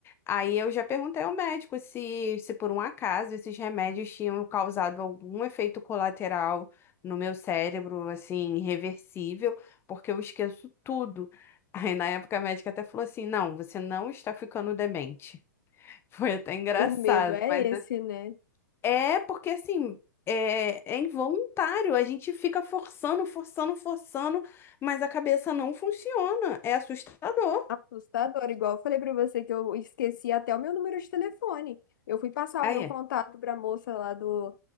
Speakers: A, on the left (about 20°); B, on the left (about 70°).
A: Aí eu já perguntei ao médico se, se por um acaso esses remédios tinham causado algum efeito colateral no meu cérebro, assim, irreversível porque eu esqueço tudo. <laughs> Aí na época a médica até falou assim: não, você não está ficando demente. <laughs> Foi até engraçado,
B: O medo é
A: mas
B: esse,
A: assim,
B: né?
A: é porque assim. É, é involuntário, a gente fica forçando, forçando, forçando, mas a cabeça não funciona. É assustador.
B: Assustador, igual eu falei pra você que eu esqueci até o meu número de telefone. Eu fui passar
A: Aí,
B: o meu contato pra moça lá do,